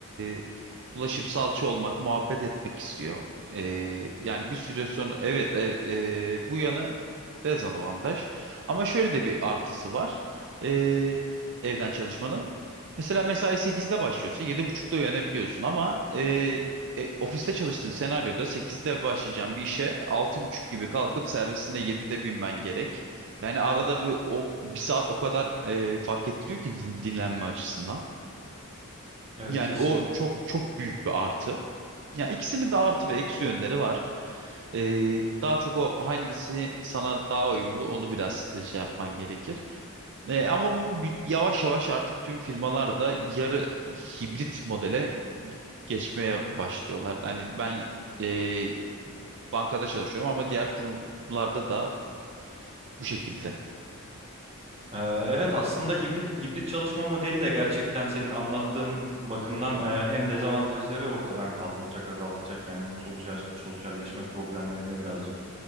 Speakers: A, on the right (about 55°); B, on the right (about 30°).
A: e, bulaşıp salça olmak, muhabbet etmek istiyor. E, yani bir süre sonra evet e, e, bu yanı dezavantaj. Ama şöyle de bir artısı var e, evden çalışmanın. Mesela mesai 8'de başlıyorsa yedi buçukta uyanabiliyorsun ama e, e, ofiste çalıştığın senaryoda 8'de başlayacağım bir işe altı buçuk gibi kalkıp servisinde 7'de binmen gerek. Yani arada bir, o, bir saat o kadar e, fark ettiriyor ki din- dinlenme açısından.
B: evet
A: Yani
B: kesin.
A: o çok çok büyük bir artı. Ya ikisinin de artı ve eksi yönleri var. Ee, daha çok o hangisi sana daha uyumlu onu biraz e, şey yapman gerekir. Ee, ama bu bi- yavaş yavaş artık tüm firmalar da yarı hibrit modele ge- geçmeye başlıyorlar. Hani ben e, bankada çalışıyorum ama diğer kurumlarda da bu şekilde.
B: Ee, evet aslında hibrit hibrit çalışma modeli de gerçekten senin anlattığın bakımdan e, hem dezavantajları ortadan kaldıracak, azaltacak yani bu sosyal sosyalleşme problemlerini birazcık